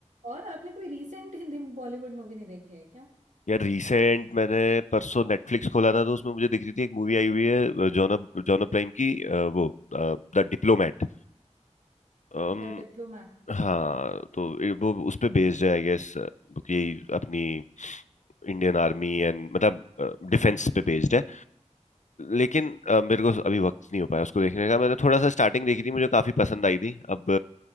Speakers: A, on the right; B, on the left.
A: और आपने कोई रीसेंट हिंदी बॉलीवुड मूवी नहीं देखी है
B: यार रिसेंट मैंने परसों नेटफ्लिक्स खोला था तो उसमें मुझे दिख रही थी एक मूवी आई हुई है जॉन जॉन अब्राहम की अ, वो द डिप्लोमेट अम,
A: The diplomat
B: हाँ तो ये- वो उस पे बेस्ड है आई गेस कि अपनी इंडियन आर्मी एंड मतलब डिफेंस पे बेस्ड है लेकिन अ, मेरे को अभी वक्त नहीं हो पाया उसको देखने का मैंने थोड़ा सा स्टार्टिंग देखी थी मुझे काफी पसंद आई थी अब